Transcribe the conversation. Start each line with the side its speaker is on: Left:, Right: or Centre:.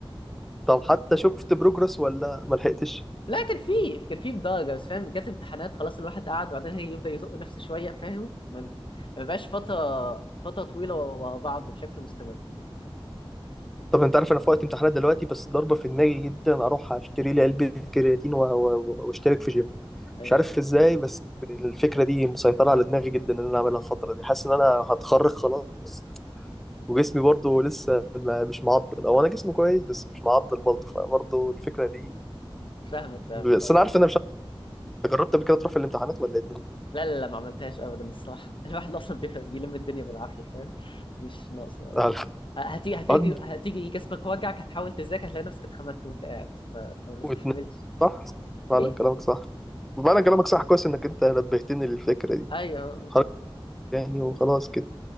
Centre: طب حتى شفت بروجرس ولا ما لحقتش
Left: لا كان في كان في بدرجه بس فاهم جت امتحانات خلاص الواحد قعد وبعدين هي يبدا يزق نفسه شويه فاهم ما ما بقاش فتره فتره طويله ورا بعض بشكل مستمر
Centre: طب انت عارف انا في وقت امتحانات دلوقتي بس ضربه في دماغي جدا اروح اشتري لي علبه كرياتين و- و- واشترك في جيم
Left: ايوه
Centre: مش عارف ازاي بس الفكره دي مسيطره على دماغي جدا ان انا اعملها الفتره دي حاسس ان انا هتخرج خلاص وجسمي برضو لسه ما مش معضل او انا جسمي كويس بس مش معضل برضو فبرضو الفكره دي
Left: فاهمك فاهمك
Centre: بس
Left: ايوه
Centre: انا عارف ان انا مش أنت جربت قبل كده تروح في الامتحانات ولا إيه الدنيا؟
Left: لا لا لا ما عملتهاش ابدا الصراحه <laughs> الواحد اصلا بيفهم بيلم الدنيا بالعافيه فاهم مش ناقصه
Centre: <laughs> على
Left: هتيجي هتيجي
Centre: قد
Left: هتيجي جسمك وجعك هتحاول تذاكر هتلاقي نفسك اتخمدت وانت قاعد ما, ما بستحملش
Centre: واتنين صح؟ فعلا
Left: ايه
Centre: كلامك صح فعلا كلامك صح كويس إنك أنت نبهتني للفكرة دي
Left: ايوه آه، آه.
Centre: حركة يعني وخلاص كده